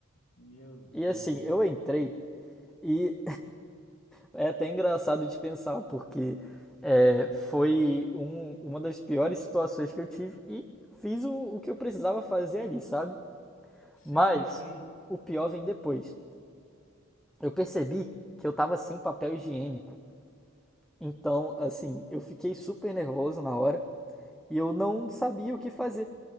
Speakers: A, on the left; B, in the centre.
A: meu Deus.
B: e assim eu entrei e É até engraçado de pensar, porque é, foi um- uma das piores situações que eu tive e fiz o, o que eu precisava fazer ali, sabe?
A: Sim,
B: Mas
A: sim.
B: o pior vem depois. Eu percebi que eu tava sem papel higiênico. Então, assim, eu fiquei super nervoso na hora e eu não sabia o que fazer.